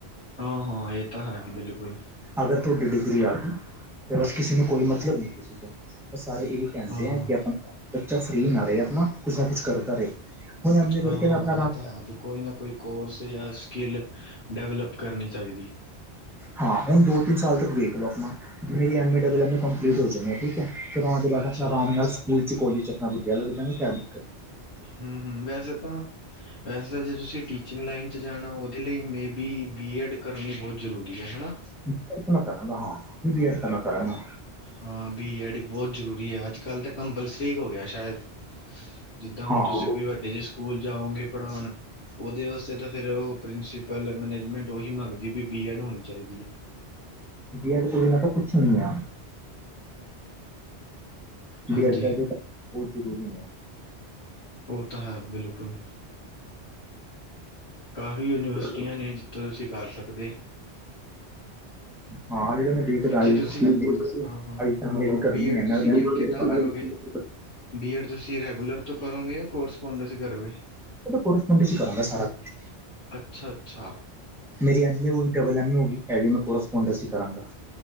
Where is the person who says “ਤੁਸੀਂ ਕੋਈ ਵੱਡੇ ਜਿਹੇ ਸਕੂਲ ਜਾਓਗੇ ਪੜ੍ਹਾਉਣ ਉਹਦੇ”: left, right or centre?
Left